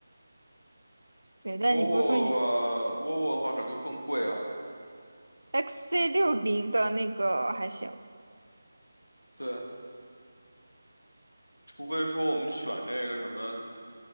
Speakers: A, on the right; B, on the left.
A: 对，但你不是说你
B: Volvo 的话，Volvo 的话感觉更贵啊，
A: x c 六零的那个还行？
B: 对，除非说我们选这个什么